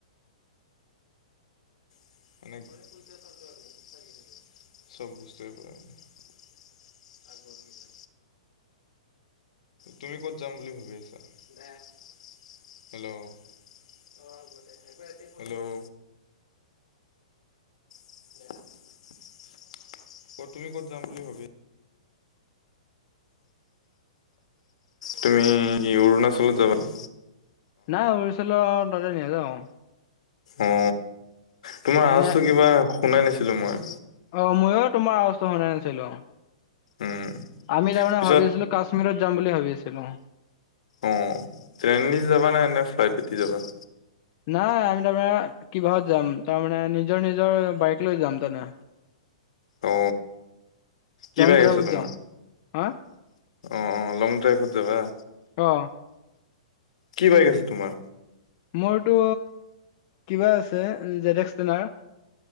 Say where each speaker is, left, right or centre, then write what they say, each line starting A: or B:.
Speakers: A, on the left; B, on the left.
A: <unintelligible> চব বস্তুৱে পৰে মানে আগৰ গিলা তুমি ক'ত যাম বুলি ভাবি আছা <unintelligible> হেল্ল' <unintelligible> হেল্ল' <unintelligible> ক'ত তুমি ক'ত যাম বুলি ভাবি তুমি কি অৰুণাচলত যাবাই।
B: নাই অৰুচলত তাতে নেযাওঁ।
A: অ তোমাৰ
B: এনে
A: আৱাজটো কিবা শুনাই নাছিলো মই।
B: অ ময়ো তোমাৰ অৱস্তো শুনাই নাছিলো
A: উম
B: আমি তাৰমানে
A: পিছত
B: ভাবি আছিলো কাশ্মীৰত যাম বুলি ভাবি আছিলো।
A: অ ট্ৰেইনেদি যাবা নে নে ফ্লাইট এ দি যাবা।
B: নাই আমি তাৰমানে কিবাহত যাম তাৰমানে নিজৰ নিজৰ বাইক লৈ যাম তামানে
A: অ কি
B: লং
A: বায়েক
B: ড্ৰাইভত
A: আছে তোমাৰ
B: যাম হা
A: অ অ লং ড্ৰাইভত যাবা।
B: অ
A: কি বাই গ আছে তোমাৰ
B: মোৰতো কিবা আছে জেডেক্স টেনাৰ